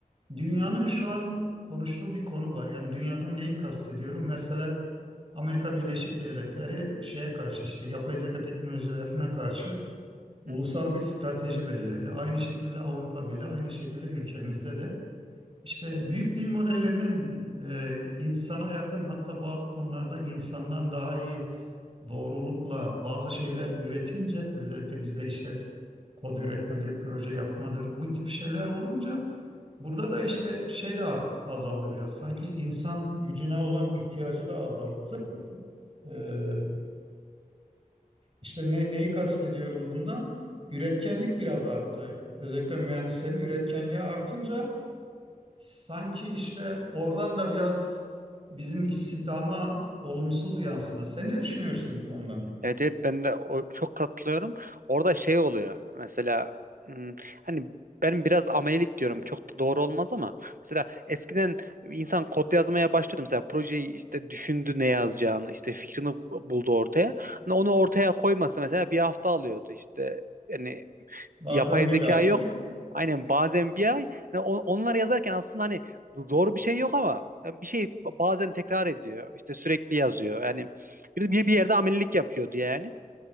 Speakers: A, on the right; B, on the right.
A: Dünyanın şu an konuştuğu bir konu var. Yani dünyadan neyi kastediyorum? Mesela Amerika Birleşik Devletleri şeye karşı işte yapay zeka teknolojilerine karşı ulusal
B: Hı.
A: bir strateji belirledi. Aynı şekilde Avrupa Birliği, aynı şekilde ülkemizde de. İşte büyük dil modellerinin e, insana yakın hatta bazı konularda insandan daha iyi doğrulukla bazı şeyler üretince özellikle bizde işte kod üretmedir, proje yapmadır bu tip şeyler olunca burada da işte şey de art, azaldı biraz. Sanki insan gücüne olan ihtiyacı da azalttı. Ee, işte ne, neyi kastediyorum bundan? Üretkenlik biraz arttı. Özellikle mühendislerin üretkenliği artınca Sanki işte oradan da biraz bizim istihdama olumsuz yansıdı. Sen ne düşünüyorsun bu konuda?
B: Evet evet ben de o, çok katılıyorum. Orada şey oluyor mesela hmm, hani ben biraz amelilik diyorum çok da doğru olmaz ama mesela eskiden insan kod yazmaya başlıyordu mesela projeyi işte düşündü ne yazacağını işte fikrini buldu ortaya. Hani onu ortaya koyması mesela bir hafta alıyordu işte yani
A: Bazen
B: yapay
A: bir
B: zeka
A: ay.
B: yok. Aynen bazen bir ay. Yani on- onları yazarken aslında hani zor bir şey yok ama e, bir şey bazen tekrar ediyor. İşte sürekli yazıyor. Yani bir, bir, bir yerde amelilik yapıyordu yani.